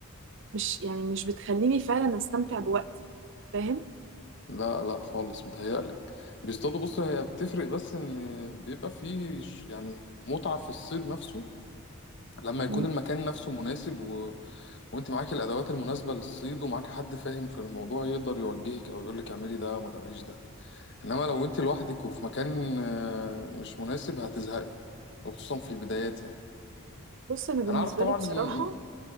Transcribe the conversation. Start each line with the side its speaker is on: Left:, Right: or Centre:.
Right: مش يعني مش بتخليني فعلا استمتع بوقتي فاهم
Left: لا لا خالص متهيألك بيصطادوا بص هي بتفرق بس إن بيبقى فيه ش- يعني متعة في الصيد نفسه لما يكون
Right: مم.
Left: المكان نفسه مناسب و... وأنت معاكي الأدوات المناسبة للصيد ومعاك حد فاهم في الموضوع يقدر يوجهك أو يقولك اعملي ده ما تعمليش ده انما لو انت لوحدك وفي مكان آه، مش مناسب هتزهقي وخصوصا في البدايات يعني
Right: بص انا بالنسبه
Left: انا عارف طبعا
Right: لي بصراحه
Left: ان